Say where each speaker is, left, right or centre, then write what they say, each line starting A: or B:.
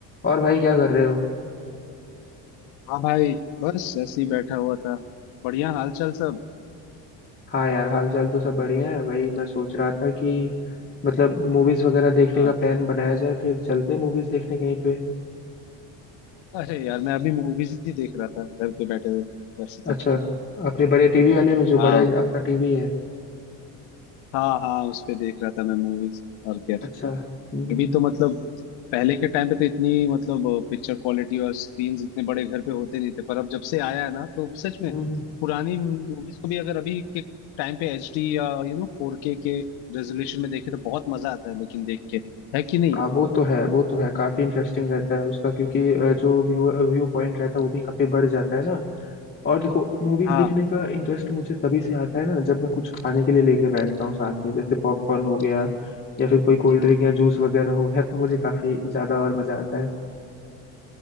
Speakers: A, on the left; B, on the left.
A: और भाई क्या कर रहे हो
B: हाँ भाई बस ऐसे ही बैठा हुआ था बढ़िया हाल चाल सब
A: हाँ यार हाल चाल तो सब बढ़िया है वही मैं सोच रहा था कि मतलब मूवीज वगैरह देखने
B: हाँ
A: का प्लान बनाया जाए फिर चलते मूवीज देखने कहीं पे
B: अरे यार मैं अभी मूवीज ही देख रहा था घर पे बैठे हुए वैसे तो
A: अच्छा अपने बड़े टीवी वाले में जो
B: हाँ
A: बड़ा आपका टीवी है
B: हाँ हाँ उस पे देख रहा था मैं मूवीज और क्या
A: अच्छा हम्म हम्म
B: अभी तो मतलब पहले के टाइम पे तो इतनी मतलब पिक्चर क्वालिटी और स्क्रीन इतने बड़े घर पे होते नहीं थे पर अब जब से आया है ना तो सच में
A: हम्म।
B: पुरानी मूवीज को भी अगर अभी के टाइम पे एच डी या यू नो फोर के के रेजोल्यूशन में देखे तो बहुत मजा आता है लेकिन देख के है कि नहीं
A: हाँ वो तो है वो तो है काफी इंटरेस्टिंग रहता है उसका क्योंकि अ, जो व्यू व्यू पॉइंट रहता है वो भी काफी बढ़ जाता है ना और देखो मूवीज
B: हाँ
A: देखने का इंटरेस्ट मुझे तभी से आता है ना जब मैं कुछ खाने के लिए लेके बैठता हूँ साथ में जैसे पॉपकॉर्न हो गया या फिर कोई कोल्ड ड्रिंक या जूस वगैरह हो गया तो मुझे काफी ज्यादा और मजा आता है